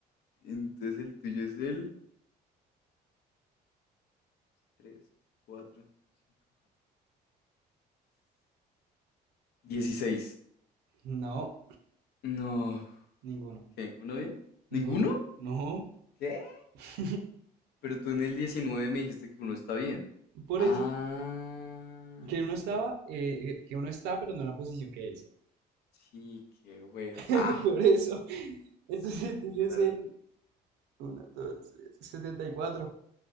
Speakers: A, on the left; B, on the right.
A: Entonces el tuyo es el 3 4 5, 16.
B: No.
A: No.
B: Ninguno.
A: ¿Qué? ¿Uno bien? ¿Ninguno?
B: Ninguno. No.
A: ¿Qué?
B: <laughs>
A: Pero tú en el 19 me dijiste que uno está bien.
B: Por
A: Ah.
B: eso. Que uno estaba. eh, que uno está, pero no en la posición que es.
A: Sí, qué hueva.
B: <laughs>
A: Ah,
B: Por eso. Entonces
A: sí.
B: el tuyo es
A: Dale.
B: el 1, 2, 3, 74.